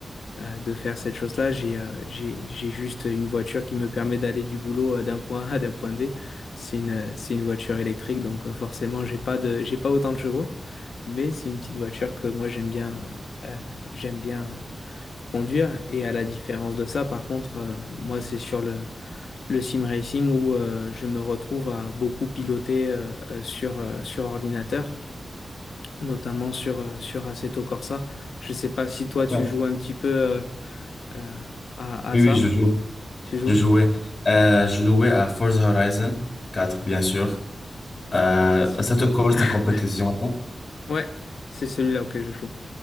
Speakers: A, on the left (about 70°); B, on the left (about 30°).
A: euh, de faire cette chose-là. J'ai, euh, j'ai, j'ai juste une voiture qui me permet d'aller du boulot euh, d'un point A <laughs> à d'un point B. C'est une, euh, c'est une voiture électrique, donc euh, forcément, j'ai pas de, j'ai pas autant de chevaux. Mais c'est une petite voiture que moi, j'aime bien, euh, euh, j'aime bien. conduire. Et à la différence de ça, par contre, euh, moi, c'est sur le, le sim racing où euh, je me retrouve à beaucoup piloter euh, euh, sur, euh, sur ordinateur, notamment sur, euh, sur Assetto Corsa. Je sais pas si toi, tu
B: D'accord.
A: joues un petit peu euh, euh, à,
B: Oui,
A: à ça.
B: oui, je joue.
A: Tu joues?
B: Je jouais. Euh, je jouais à Forza Horizon quatre bien sûr. Euh,
A: Le classique.
B: ça te colle
A: <laughs>
B: ta compétition,
A: Ouais, c'est celui-là auquel je joue.